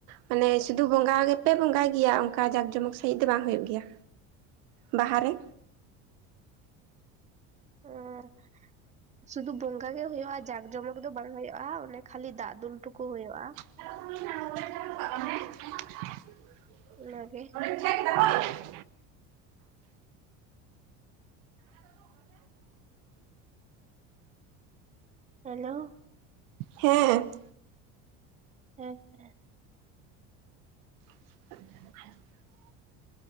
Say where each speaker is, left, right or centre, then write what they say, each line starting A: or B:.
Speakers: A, on the right; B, on the right.
A: ᱢᱟᱱᱮ ᱥᱩᱫᱷᱩ ᱵᱚᱸᱜᱟ ᱜᱮᱯᱮ ᱵᱚᱸᱜᱟᱭ ᱜᱮᱭᱟ ᱚᱱᱠᱟ ᱡᱟᱠ ᱡᱚᱢᱚᱠ ᱥᱟᱹᱦᱤᱡ ᱫᱚ ᱵᱟᱝ ᱦᱩᱭᱩᱜ ᱜᱮᱭᱟ? ᱵᱟᱦᱟ ᱨᱮ᱾
B: ᱦᱚᱸ ᱥᱩᱫᱩ ᱵᱚᱸᱜᱟ ᱜᱮ ᱦᱩᱭᱩᱜᱼᱟ ᱡᱟᱠ ᱡᱚᱢᱚᱠ ᱫᱚ ᱵᱟᱝ ᱦᱩᱭᱩᱜᱼᱟ ᱚᱱᱮᱼᱼ ᱠᱷᱟᱹᱞᱤ ᱫᱟᱜ ᱫᱩᱞ ᱴᱩᱠᱩ ᱦᱩᱭᱩᱜᱼᱟ᱾
A: <unintelligible>
B: ᱚᱱᱟ ᱜᱮ᱾
A: <unintelligible>
B: ᱦᱮᱞᱳ᱾
A: ᱦᱮᱸ᱾
B: ᱦᱮᱸ ᱦᱮᱸ᱾
A: <unintelligible>